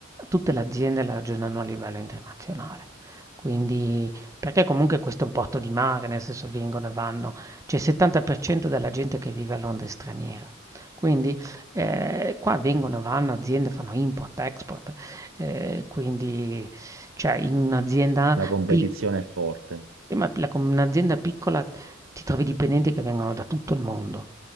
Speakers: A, on the right; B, on the right.
A: tutte le aziende la ragionano a livello internazionale. Quindi perché comunque questo è un porto di mare, nel senso vengono e vanno, c'è il 70% della gente che vive a Londra è straniera. Quindi, ehm, qua vengono e vanno aziende, fanno import, export, ehm, quindi cioè in un'azienda
B: la competizione
A: pic
B: è forte.
A: sì, ma la con un'azienda piccola ti trovi dipendenti che vengono da tutto il mondo